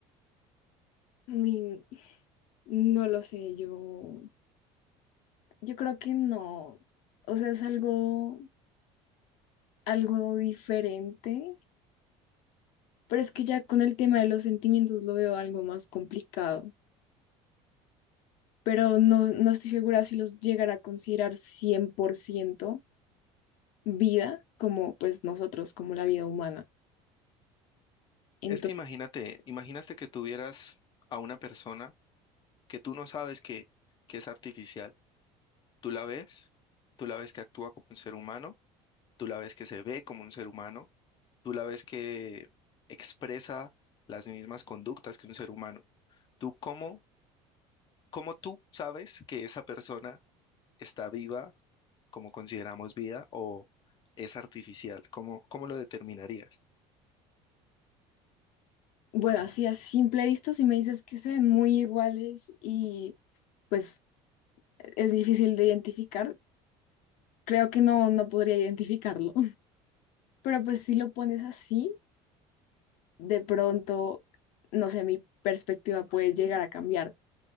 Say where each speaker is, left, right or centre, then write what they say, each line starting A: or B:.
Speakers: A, on the left; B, on the left.
A: Ni- no lo sé, yo, yo creo que no. O sea, es algo, algo diferente, pero es que ya con el tema de los sentimientos lo veo algo más complicado. pero no, no estoy segura si los llegará a considerar 100% vida, como pues nosotros, como la vida humana. Entonces,
B: Es que imagínate, imagínate que tuvieras a una persona que tú no sabes que, que es artificial. Tú la ves, tú la ves que actúa como un ser humano, tú la ves que se ve como un ser humano, tú la ves que expresa las mismas conductas que un ser humano. ¿Tú cómo, cómo tú sabes que esa persona está viva como consideramos vida o es artificial? ¿Cómo, cómo lo determinarías?
A: bueno, así a simple vista, si me dices que se ven muy iguales y pues es difícil de identificar, creo que no, no podría identificarlo. <laughs> Pero pues si lo pones así, de pronto, no sé, mi perspectiva puede llegar a cambiar,